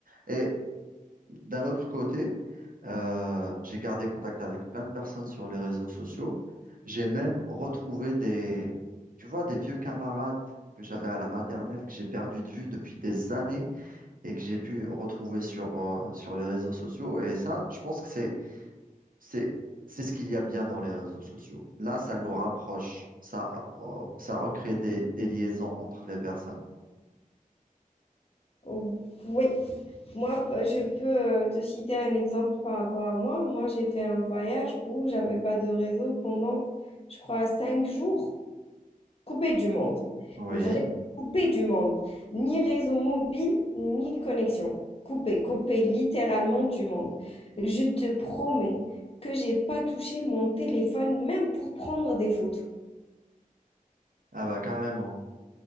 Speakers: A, on the right; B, on the left.
A: Et D'un autre côté, euh, j'ai gardé contact avec plein de personnes sur les réseaux sociaux. J'ai même retrouvé des, tu vois, des vieux camarades que j'avais à la maternelle, que j'ai perdu de vue depuis des années et que j'ai pu retrouver sur, euh, sur les réseaux sociaux. Et ça, je pense que c'est, c'est, c'est ce qu'il y a bien dans les réseaux sociaux. Là, ça nous rapproche. Ça, euh, ça recrée des, des liaisons entre les personnes.
B: Ou- Oui, moi, euh, je peux euh, te citer un exemple par rapport à moi. Moi, j'ai fait un voyage où j'avais pas de réseau pendant, je crois, cinq jours. coupé du monde.
A: Oui.
B: Mais vraiment coupé du monde. Ni réseau mobile, ni connexion. Coupé, coupé littéralement du monde. Je te promets que j'ai pas touché mon téléphone même pour prendre des photos.
A: Ah bah, carrément.